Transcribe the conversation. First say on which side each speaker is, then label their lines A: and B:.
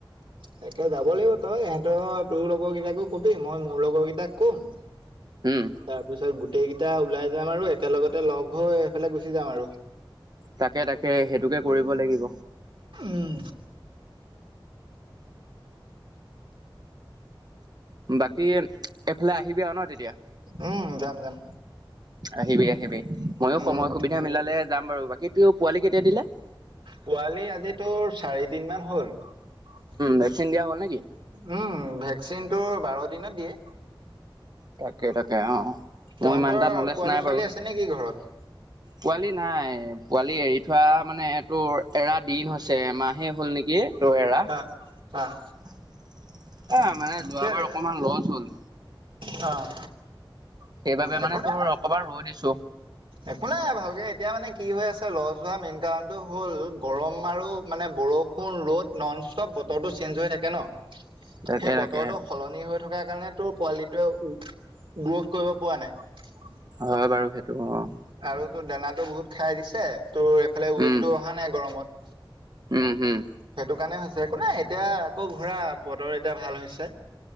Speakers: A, on the right (about 75°); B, on the right (about 50°).
A: তাকে যাব লাগিব তই এহঁতৰ তোৰ লগৰ কিটাকো কবি, মই মোৰ লগৰ কিটাক ক'ম।
B: উম
A: তাৰ পিছত গোটেই গিটা ওলাই যাম আৰু একেলগতে লগ হৈ এইফালে গুচি যাম আৰু।
B: তাকে, তাকে সেটোকে কৰিব লাগিব।
A: উম,
B: বাকী এইফালে আহিবি আৰু ন তেতিয়া
A: উম, যাম যাম
B: আহিবি, আহিবি ময়ো
A: উম,
B: সময় সুবিধা মিলালে যাম বাৰু বাকী তো পোৱালি কেতিয়া দিলে <inaudible>
A: পোৱালি আজি তোৰ চাৰি দিন মান হ'ল উম,
B: ভেকচিন দিয়া হ'ল নেকি
A: ভেকচিনটো বাৰ দিনত দিয়ে
B: তাকে, তাকে অ', মোৰ
A: তহঁতৰ
B: ইমান এটা নলেজ
A: পোৱালি
B: নাই
A: ছোৱালী
B: বাৰু
A: আছে নেকি ঘৰত
B: পোৱালি নাই পোৱালি এৰি থোৱা মানে এইটো এৰা দিন হৈছে এমাহ সেই হ'ল নেকি তয় এৰা
A: অ', অ',
B: এ মানে যোৱাবাৰ
A: কেলে
B: অকমান লছ হ'ল
A: অ',
B: সেইবাবে মানে
A: একো নাই
B: তোৰ অকবাৰ ৰৈ দিছো
A: একো নাই ভালকে এতিয়া মানে কি হৈ আছে লছ হোৱা মেইন কাৰণটো হ'ল গৰম আৰু মানে বৰষুণ ৰ'দ ননষ্টপ বতৰটো চেঞ্জ হৈ থাকে ন
B: তাকে
A: সেই
B: তাকে
A: বতৰটো সলনি হৈ থক <unintelligible> কাৰণে তোৰ পোৱালিটোৱে গ্ৰঠ কৰিব পৰা নাই
B: হয়, বাৰু সেইটো অ',
A: আৰু তোৰ দানাটো বহুত খাই দিছে তোৰ এইফালে ৱেটতটো
B: উম
A: অহা নাই গৰমত
B: উম, হম।
A: সেইটো কাৰণে হৈছে একো নাই এতিয়া আকৌ ভৰা বতৰ এতিয়া ভাল হৈছে